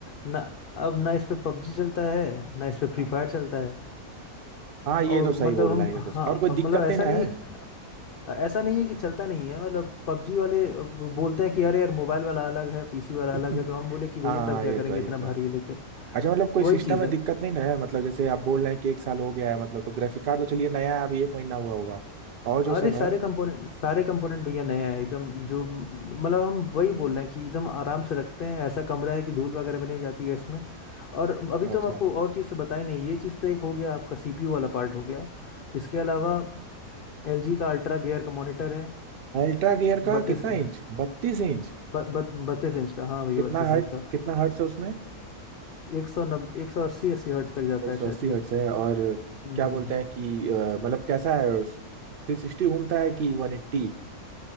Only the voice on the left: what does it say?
ना अब ना इस पे पबजी चलता है ना इस पे फ्री
फायर चलता है
और
मतलब
हम
हाँ
मतलब ऐसा
नहीं
ऐसा नहीं है कि चलता नहीं है मतलब पबजी वाले अब बोलते हैं कि अरे यार मोबाइल वाला अलग है पीसी वाला
अलग है तो हम बोले कि भैया
तब क्या
करेंगे
इतना
भारी लेके
वही
चीज़
है
अरे
सारे
कंपोनेंट सारे कंपोनेंट भैया नए हैं एकदम जो मतलब हम वही बोल रहे हैं कि एकदम आराम से रखते हैं ऐसा कमरा है कि धूल वगैरह भी नहीं जाती है इसमें और अभी तो
हम आपको और चीज़ से बताए नहीं ये चीज़ तो एक हो गया आपका सीपीयू वाला पार्ट हो गया इसके अलावा एलजी का अल्ट्रा गियर का मॉनिटर है
बत्तीस
ब, ब, बत्तीस इंच का हाँ भैया
बत्तीस
इंच का
एक सौ नब्बे एक सौ अस्सी अस्सी हर्ट्ज तक जाता
है
शायद
ये
हम्म
हम्म,